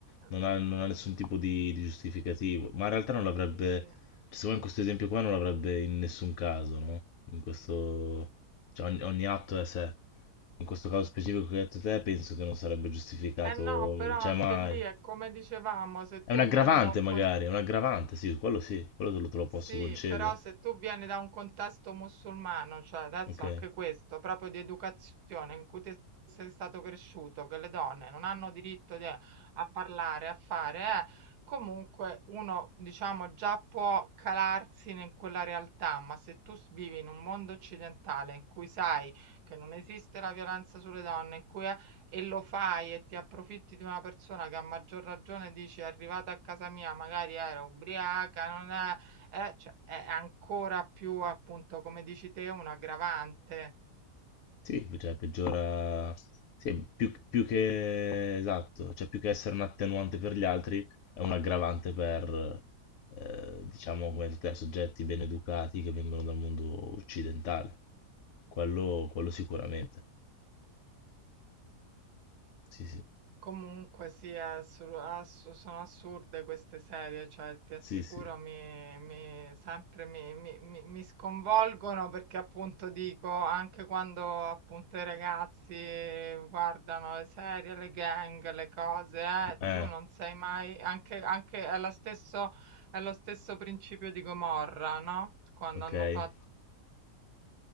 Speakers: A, on the right; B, on the left.
A: mm,
B: non ha, non ha nessun tipo di, di giustificativo, ma in realtà non l'avrebbe,
A: sì.
B: cioè, secondo me in questo esempio qua non l'avrebbe in nessun caso, no? In questo, cioè ogni, ogni atto è a sé. In questo caso specifico che hai detto te, penso che non sarebbe giustificato,
A: Eh no, però
B: cioè
A: anche
B: mai.
A: lì è come dicevamo, se
B: È
A: tu
B: un aggravante
A: vieni da un
B: magari,
A: contesto
B: è un aggravante, sì, quello sì, quello te lo, te lo posso
A: Sì,
B: concedere,
A: però se tu vieni da un contesto musulmano, cioè adesso
B: ok?
A: anche questo, proprio di educazione in cui te sei stato cresciuto, che le donne non hanno diritto di- eh, a parlare, a fare, eh, comunque uno, diciamo, già può calarsi in quella realtà, ma se tu s- vivi in un mondo occidentale in cui sai che non esiste la violenza sulle donne, in cui è, e lo fai e ti approfitti di una persona che a maggior ragione dici è arrivata a casa mia, magari era ubriaca, non è eh, cioè, è ancora più, appunto, come dici te, un aggravante.
B: Sì, cioè peggiora, sì, più, più che esatto, cioè più che essere un attenuante per gli altri, è un aggravante per, eh, diciamo, come tutti i soggetti ben educati che vengono dal mondo occidentale. Quello, quello sicuramente. Sì, sì,
A: Comunque sì, è assur- assu- sono assurde queste serie, cioè ti assicuro
B: sì, sì.
A: mi, mi- sempre mi, mi- mi- mi sconvolgono perché appunto dico, anche quando appunto i ragazzi guardano le serie, le gang, le cose, eh,
B: Eh,
A: tu non sei mai, anche, anche è lo stesso, è lo stesso principio di Gomorra, no? Quando
B: ok,
A: hanno
B: eh
A: fatto